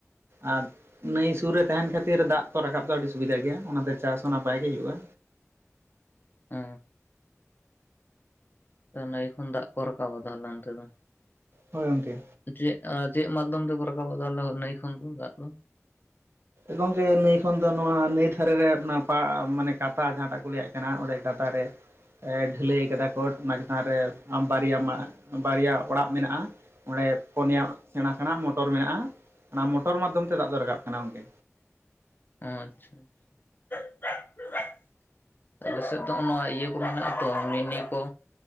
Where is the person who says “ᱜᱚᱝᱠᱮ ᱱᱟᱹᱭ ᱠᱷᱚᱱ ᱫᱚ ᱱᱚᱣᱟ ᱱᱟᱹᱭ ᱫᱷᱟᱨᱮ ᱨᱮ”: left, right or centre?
Right